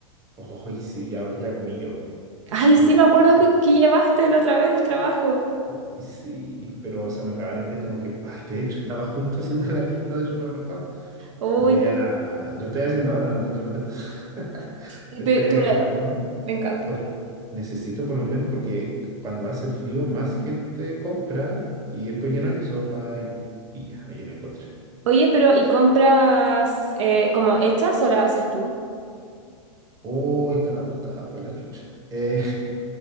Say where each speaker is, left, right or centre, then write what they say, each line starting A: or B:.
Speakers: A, on the right; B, on the right.
A: ojo, y sí, ya, ya comí yo,
B: Ay,
A: pero
B: sí,
A: en
B: me
A: casa
B: acuerdo
A: estoy,
B: que, que llevaste la otra vez al trabajo.
A: oh, y sí, pero se me acabaron, ya tengo que... Ay, de hecho, estaba justo haciendo <laughs> la lista de supermercado.
B: Uy,
A: Voy a... Lo estoy haciendo ahora, no te estoy molestando. <laughs>
B: y
A: Estoy
B: pe-
A: agregando
B: tú la- me encanta.
A: por- necesito por lo menos porque cuando hace frío más gente compra y después ya no hay sopa y pilla, ahí la encontré.
B: Oye, pero ¿y compras eh, como hechas o las haces tú?
A: Uy, están agotadas por la chucha. Eh,